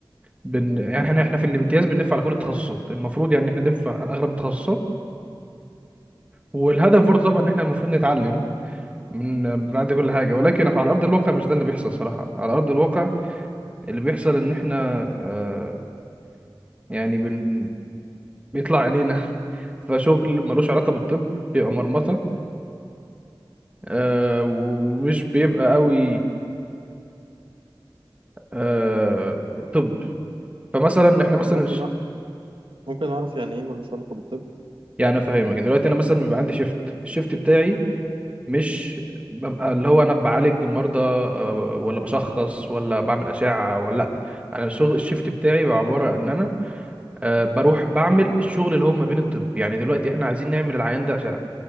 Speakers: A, on the right; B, on the right.
A: بن... يعني احنا احنا في الامتياز بنلف على كل التخصصات المفروض يعني احنا نلف على اغلب التخصصات والهدف برضه طبعا ان احنا المفروض نتعلم من بعد كل حاجه ولكن على ارض الواقع مش ده اللي بيحصل صراحه على ارض الواقع اللي بيحصل ان احنا آه يعني بن... بيطلع عينينا <laughs> فشغل ملوش علاقه بالطب بيبقى مرمطه آه ومش بيبقى قوي آه طب فمثلا احنا
B: ممكن
A: مثلا ش-
B: أع- ممكن أعرف يعني إيه ملوش علاقة بالطب
A: يعني افهمك دلوقتي انا مثلا بيبقى عندي شيفت الشيفت بتاعي مش ببقى اللي هو انا بعالج المرضى آه، ولا بشخص ولا بعمل اشعه ولا لا انا الشغل الشيفت بتاعي بيبقى عباره عن ان انا آه، بروح بعمل الشغل اللي هو ما بين الطب يعني دلوقتي احنا عايزين نعمل العيان ده اشعه